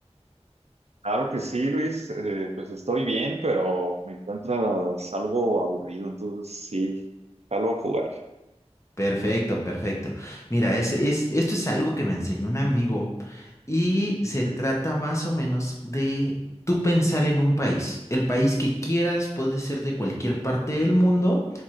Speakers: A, on the right; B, on the left.
A: Claro que sí, Luis. eh, pues estoy bien, pero me encuentras algo aburrido, entonces sí, salgo a jugar.
B: Perfecto, perfecto. Mira, es, es, esto es algo que me enseñó un amigo y se
A: Ujú.
B: trata más o menos de tú pensar en un país. El país que quieras puede ser de cualquier parte del mundo